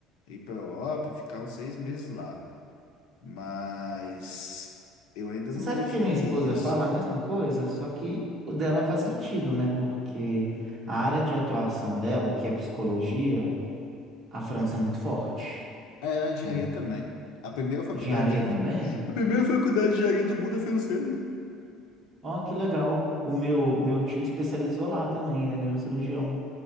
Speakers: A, on the left; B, on the right.
A: Ir pra Europa e ficar uns seis meses lá. mas eu ainda
B: Você
A: não
B: sabe
A: defini
B: que minha esposa
A: isso.
B: fala a mesma coisa, só que o dela faz sentido, né? Porque a área de atuação dela, que é psicologia, a França é muito forte,
A: É, a engenharia
B: né?
A: também. A primeira faculdade,
B: Engenharia também.
A: de- a primeira faculdade de engenharia do mundo é francesa.
B: Ó, que legal. O meu, meu tio especializou lá também, ele é neurocirurgião.